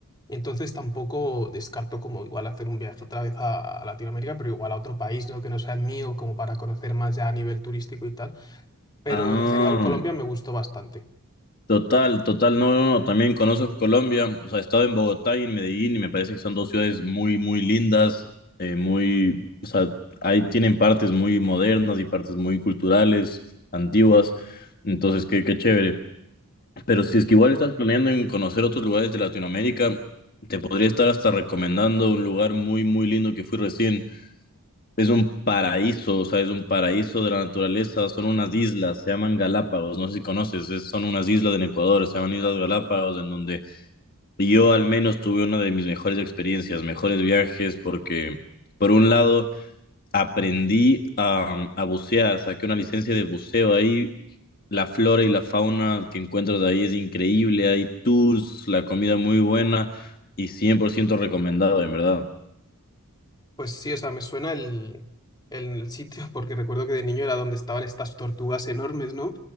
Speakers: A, on the left (about 20°); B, on the left (about 45°).
A: Entonces tampoco descarto como igual hacer un viaje otra vez a, a Latinoamérica, pero igual a otro país, ¿no? Que no sea el mío, como para conocer más ya a nivel turístico y tal. Pero
B: Ah,
A: en general Colombia me gustó bastante.
B: total, total, no, no, no, también conozco Colombia, o sea, he estado en Bogotá y en Medellín y me parece que son dos ciudades muy, muy lindas, eh, muy, o sea, ahí tienen partes muy modernas y partes muy culturales, antiguas, entonces, qué, qué chévere. Pero si es que igual estás planeando en conocer otros lugares de Latinoamérica, te podría estar hasta recomendando un lugar muy, muy lindo que fui recién. Es un paraíso, o sea, es un paraíso de la naturaleza. Son unas islas, se llaman Galápagos, no sé si conoces, es- son unas islas en Ecuador, se llaman Islas Galápagos, en donde yo al menos tuve una de mis mejores experiencias, mejores viajes, porque por un lado aprendí a, a bucear, saqué una licencia de buceo ahí la flora y la fauna que encuentras ahí es increíble, hay tours, la comida muy buena y 100% recomendado, en verdad.
A: Pues sí, o sea, me suena el, el sitio <laughs> porque recuerdo que de niño era donde estaban estas tortugas enormes, ¿no?